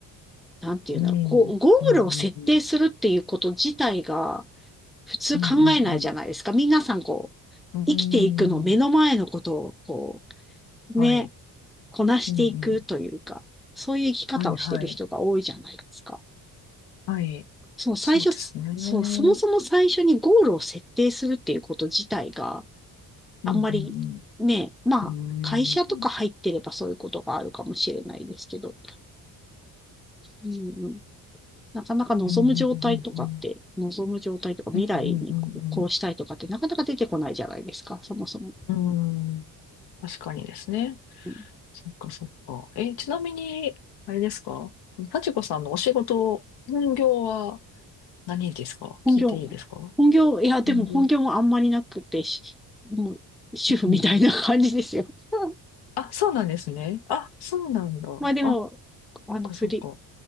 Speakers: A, in the centre; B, on the left.
A: なんていうんだろう。
B: うん、うん、
A: こう、ゴールを設定するっていうこと自体が、
B: うん、
A: 普通考えないじゃないですか。
B: うん、うん、うん、
A: 皆さん、こう、
B: うんうん
A: 生きていくの、目の前のことを、こう、
B: はい。
A: ね、こなしていくというか、
B: うん、うん。
A: そういう生き方をしてる人が多いじゃないですか。
B: はい、はい、はい。
A: そう、最初、
B: そうですね。うん、
A: そう、そもそも最初にゴールを設定するっていうこと自体が、
B: うん、
A: あんまりね、
B: うん。
A: まあ、
B: うーん。
A: 会社とか入ってればそういうことがあるかもしれないですけど、うんうん、なかなか望む状態とかって、
B: うんうんうんうん
A: 望む状態とか未来にこう、
B: うんうん
A: こうしたいとかってなかなか出てこないじゃないですか、そもそも。
B: うんうん確かにですね。
A: うん、
B: そっかそっか。え、ちなみに、あれですか幸子さんのお仕事、本業は何ですか聞いていいですか
A: 本業、本業、いや、でも本業もあんまりなくて、
B: 本業。
A: しもう主婦みたいな感じですよ。
B: うん。
A: <laughs>
B: あ、そうなんですね。あ、そうなんだ。
A: まあでも、
B: あ、
A: あの、
B: そっかそっか。
A: フリー、